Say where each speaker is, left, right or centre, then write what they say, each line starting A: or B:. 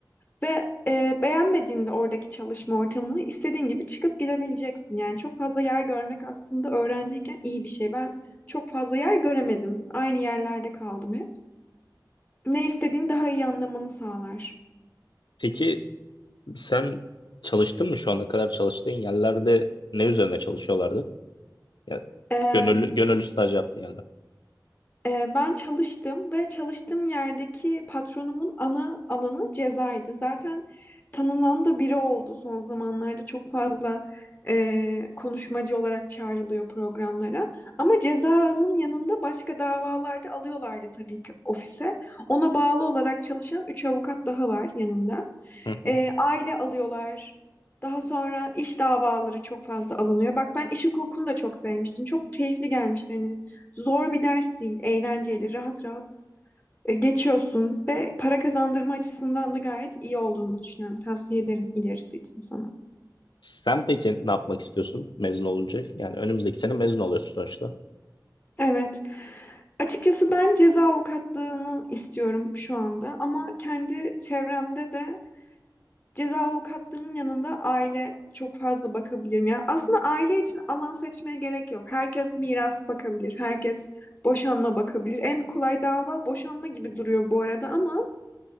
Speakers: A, on the left; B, on the left.
A: Ve e, beğenmediğinde oradaki çalışma ortamını istediğin gibi çıkıp gidebileceksin. Yani çok fazla yer görmek aslında öğrenciyken iyi bir şey. Ben çok fazla yer göremedim. Aynı yerlerde kaldım hep. Ne istediğini daha iyi anlamanı sağlar.
B: Peki sen çalıştın mı şu ana kadar çalıştığın yerlerde ne üzerine çalışıyorlardı? Ya
A: E,
B: gönüllü gönüllü staj yaptığın yerler.
A: Ee, ben çalıştım ve çalıştığım yerdeki patronumun ana alanı cezaydı. Zaten tanınan da biri oldu son zamanlarda. Çok fazla e, konuşmacı olarak çağrılıyor programlara. Ama cezanın yanında başka davalarda alıyorlardı tabii ki ofise. Ona bağlı olarak çalışan 3 avukat daha var yanında.
B: Hı hı.
A: E, aile alıyorlar. Daha sonra iş davaları çok fazla alınıyor. Bak ben iş hukukunu da çok sevmiştim. Çok keyifli gelmişti hani. Zor bir ders değil, eğlenceli, rahat rahat e, geçiyorsun ve para kazandırma açısından da gayet iyi olduğunu düşünüyorum. Tavsiye ederim ilerisi için sana.
B: Sen peki ne yapmak istiyorsun mezun olunca? Yani önümüzdeki sene mezun oluyorsun sonuçta.
A: Evet. Açıkçası ben ceza avukatlığını istiyorum şu anda ama kendi çevremde de Ceza avukatlığının yanında aile çok fazla bakabilirim. Yani aslında aile için alan seçmeye gerek yok. Herkes miras bakabilir, herkes boşanma bakabilir. En kolay dava boşanma gibi duruyor bu arada ama